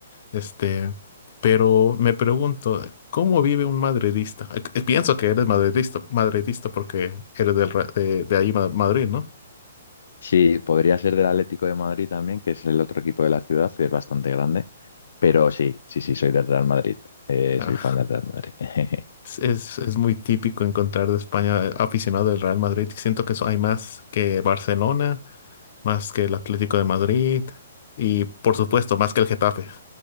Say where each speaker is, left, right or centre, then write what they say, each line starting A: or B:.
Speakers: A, on the left (about 40°); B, on the left (about 65°).
A: este, pero me pregunto, ¿cómo vive un madridista? Eh, eh, pienso que eres madridista, madridista porque eres del, Re- de, de ahí, Ma- Madrid, ¿no?
B: Sí, podría ser del Atlético de Madrid también, que es el otro equipo de la ciudad, que es bastante grande, pero sí, sí, sí, soy del Real Madrid, Eh,
A: Ah,
B: soy fan del Real Madrid. <laughs>
A: Es, es es muy típico encontrar de España eh, aficionado del Real Madrid. Siento que eso hay más que Barcelona más que el Atlético de Madrid y por supuesto más que el Getafe.